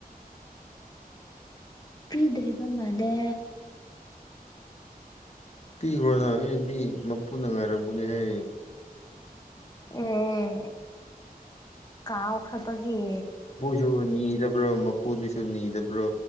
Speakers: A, on the left; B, on the left.
A: ꯄꯤꯗ꯭ꯔꯤꯕ ꯃꯥꯂꯦ
B: ꯄꯤꯈ꯭ꯔꯣ ꯅꯪ ꯃꯤ ꯃꯄꯨꯅ ꯉꯥꯏꯔꯝꯒꯅꯦꯍꯦ
A: ꯑꯦ ꯀꯥꯎ ꯈꯕꯒꯤ
B: ꯁꯨ ꯅꯤꯗꯕ꯭ꯔꯣ ꯃꯄꯨꯗꯨꯁꯨ ꯅꯤꯗꯕ꯭ꯔꯣ